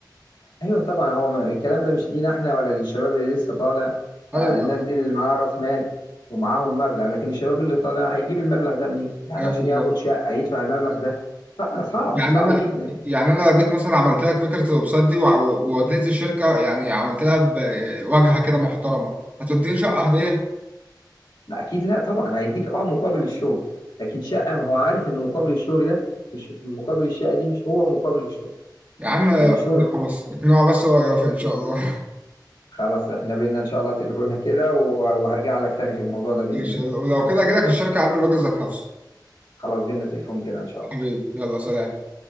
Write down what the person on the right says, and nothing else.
ايوه
ايوه
بالظبط
يعني
انا
يعني انا لو جيت مثلا عملت لك فكره الويب سايت دي وع- ووديت الشركه يعني عملت لها بواجهه كده محترمه هتديني شقه هديه
يا عم اقنعه
بس اقنعه بس هو يوافق ان شاء الله
<laughs>
ماشي
ولو كده اجي لك الشركه قبل الراجل ذات نفسه
حبيبي
يلا سلام